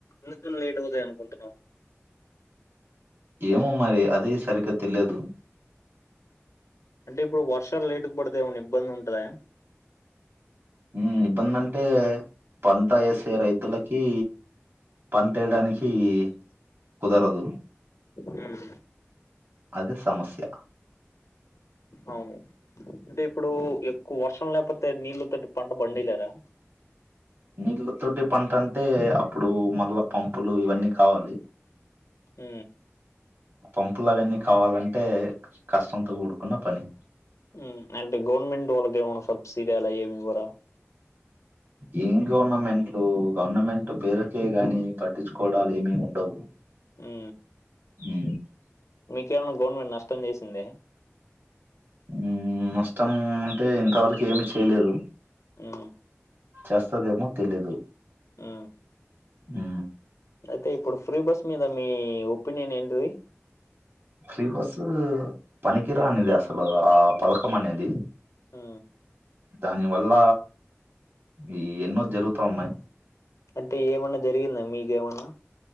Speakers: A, on the left; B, on the right.
A: ఇక లేట్ అవుతాయి అనుకుంటున్నావ్
B: ఏమో మరి అది సరిగ్గా తెలియదు
A: అంటే ఇప్పుడు వర్షాలు లేటు పడితే ఏమన్నా ఇబ్బంది ఉంటుందా
B: ఉ ఇబ్బంది అంటే పంట ఎసే రైతులకి పంటేయడానికి కుదరదు
A: ఉమ్.
B: అదే సమస్య
A: అవును అంటే ఇప్పుడు ఎక్కువ వర్షం లేకపోతే నీళ్ళతోటి పంట పండియలేరా
B: నీళ్ళతోటి పంట అంటే అప్పుడు మళ్ళా పంపులు ఇవన్నీ కావాలి
A: ఉ
B: పంపులు అవన్నీ కావాలంటే కష్టంతో కూడుకున్న పని
A: ఉ అంటే గవర్నమెంట్ వాళ్ళకి ఏమైనా సబ్సిడీ అలా ఏమివరా
B: ఏం గవర్నమెంట్లు గవర్నమెంట్ పేరుకే గాని పట్టించుకోవడాలు ఏమి ఉండవు
A: ఉ
B: ఉ
A: మీకేమైన్నా గవర్నమెంట్ నష్టం చేసిందే
B: ఉ నష్టం అంటే ఇంతవరకు ఏమి చేయలేదు
A: ఉ
B: చేస్తాదేమో తెలిదు
A: ఉ
B: ఉ
A: అయితే ఇప్పుడు ఫ్రీ బస్ మీద మీ ఒపీనియన్ ఏంటిది
B: ఫ్రీ బస్ పనిరానిది అసలు ఆ పథకం అనేది
A: ఉ
B: దాని వల్ల ఈ ఎన్నో జరుగుతా ఉన్నాయి్
A: అంటే ఏమన్నా జరిగిందా మీకు ఏమన్నా